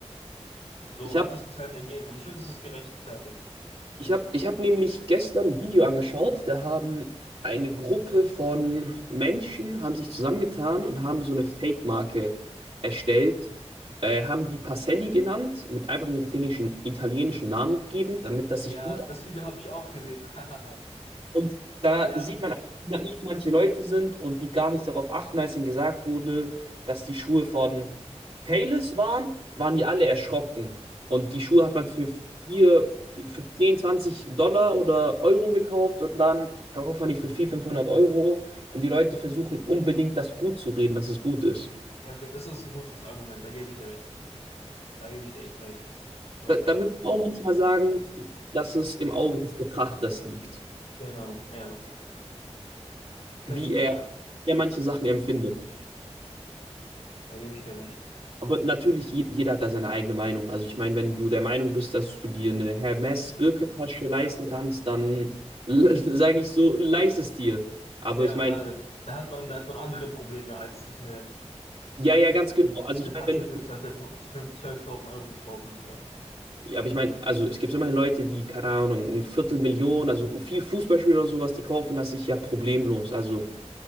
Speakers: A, on the left (about 70°); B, on the right (about 45°).
A: so
B: ich
A: hat
B: habe
A: sich das halt ergeben und ich finde, das ist gerechtfertigt.
B: ich hab, ich hab nämlich gestern ein Video angeschaut, da haben eine Gruppe von Menschen, haben sich zusammengetan und haben so eine Fake-Marke erstellt, äh, haben die Pacelli genannt, und einfach einen italienischen, italienischen Namen gegeben, damit das
A: Ja,
B: sich gut
A: das Video habe ich auch gesehen. <laughs>
B: Und da
A: Ja.
B: sieht man, wie naiv manche Leute sind und die gar nicht darauf achten, als ihnen gesagt wurde, dass die Schuhe von Payless waren, waren die alle erschrocken. Und die Schuhe hat man für vier, für 10, 20 Dollar oder Euro gekauft und dann verkauft man die für 400, 500 Euro. Und die Leute versuchen unbedingt, das gut zu reden, dass es gut ist.
A: Ja, okay, das ist ein gutes Argument, da gebe ich dir recht. Da gebe ich dir echt recht. Ja,
B: Da, da würde ich auch manchmal sagen, dass es im Auge des Betrachters liegt,
A: genau, ja. Können,
B: wie er,
A: ja,
B: wie er manche Sachen empfindet.
A: da gebe ich dir recht.
B: Aber natürlich, je- jeder hat da seine eigene Meinung. Also ich meine, wenn du der Meinung bist, dass du dir eine Hermes-Birkentasche leisten kannst, dann <laughs> sage ich so, leist es dir. Aber
A: Ja,
B: ich meine,
A: da, da hat man, da hat man andere Probleme, als sich eine,
B: ja, ja,
A: eine
B: ganz genau. Also ich
A: Tasche
B: meine, wenn du,
A: für 2000 12.000 Euro zu kaufen. Ja.
B: ja, aber ich meine, also es gibt immerhin Leute, die, keine Ahnung, ein Viertelmillion, also viel Fußballspieler oder sowas, die kaufen das sich ja problemlos. Also